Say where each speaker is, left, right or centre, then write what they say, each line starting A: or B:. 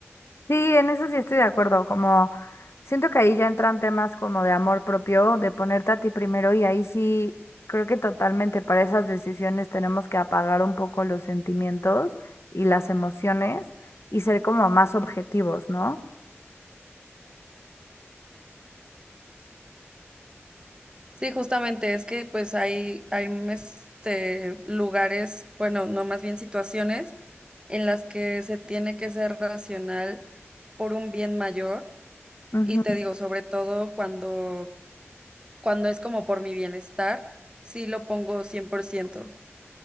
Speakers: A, on the left; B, on the right.
A: Sí, en eso sí estoy de acuerdo, como siento que ahí ya entran temas como de amor propio, de ponerte a ti primero y ahí sí creo que totalmente para esas decisiones tenemos que apagar un poco los sentimientos y las emociones y ser como más objetivos, ¿no?
B: Sí, justamente es que pues hay, hay mm, este, lugares, bueno, no más bien situaciones en las que se tiene que ser racional por un bien mayor.
A: Ujú.
B: Y te digo, sobre todo cuando cuando es como por mi bienestar, sí lo pongo 100%.